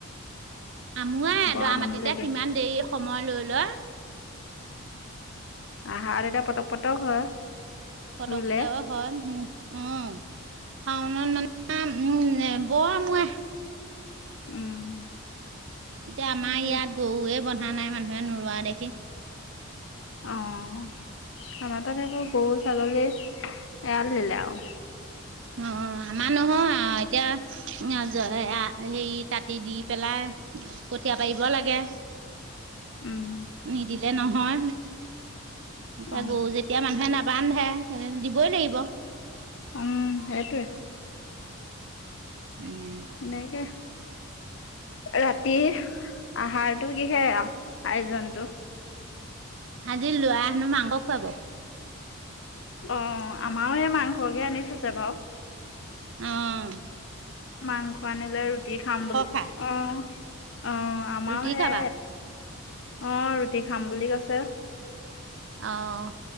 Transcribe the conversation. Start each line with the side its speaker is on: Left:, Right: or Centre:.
Right: আমোৱাই এদৰা
Left: বৰ আমনি
Right: মাটিতে,
Left: লাগে
Right: কিমান দেৰি সময় লৈ লৈ।
Left: আহাৰ এতিয়া পটক - পটক হয়।
Right: পটককেও
Left: ৰুলে
Right: হয়, উম। অ'। শাওনত মানে উম বোৱা মই
Left: উম।
Right: এতিয়া আমাৰ
Left: সেইটোৱে
Right: ইয়াত গৰুৱে বন্ধা নাই, মানুহে নোৰোৱা দেখি।
Left: অ'। আমাৰ তাত এইবোৰ গৰু-ছাগলী এৰাল দিলে আও।
Right: অ', আমাৰ নহয় আও এতিয়া। জ- এয়া- হেৰি কাটি দি পেলাই কঠীয়া পাৰিব লাগে।
Left: উম
Right: নিদিলে নহয়। এতিয়া
Left: অ
Right: গৰু যেতিয়া মানুহে নাবান্ধে, সেনে দিবই লাগিব।
Left: উম সেইটোৱে
Right: উম
Left: এনেকে ৰাতি আহাৰতো কিহে আয়োজনটো
Right: আজি ল'ৰাই সেনো মাংস খুৱাব
Left: অ আমাৰো সে মাংসকে আনি থৈছে বাৰু
Right: অঁ
Left: মাংস আনিলে ৰুটি খাম বুলি
Right: খায়
Left: অ অ আমাৰ
Right: ৰুটি
Left: হে
Right: খাবা
Left: অ ৰুটি খাম বুলি কৈছে
Right: অ